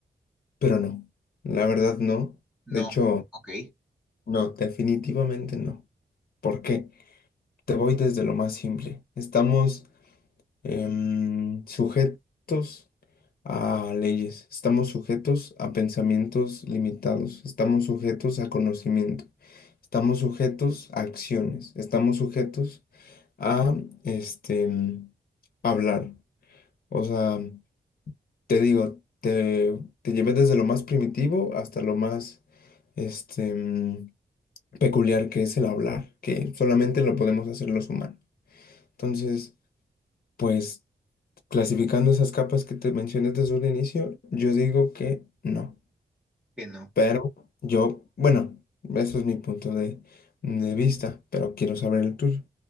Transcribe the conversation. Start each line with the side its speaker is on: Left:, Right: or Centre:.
Left: Pero no, la verdad no.
Centre: No.
Left: De hecho,
Centre: Ok.
Left: no, definitivamente no. ¿Por qué? Te voy desde lo más simple. Estamos em, sujetos a leyes, estamos sujetos a pensamientos limitados, estamos sujetos a conocimiento, estamos sujetos a acciones, estamos sujetos a este em, hablar. O sea, te digo, te, te llevé desde lo más primitivo hasta lo más este em, peculiar que es el hablar, que solamente lo podemos hacer los humanos. Entonces, pues. Clasificando esas capas que te mencioné desde un inicio, yo digo que no.
Centre: Que no.
Left: Pero yo, bueno, eso es mi punto de, de vista, pero quiero saber el tuyo.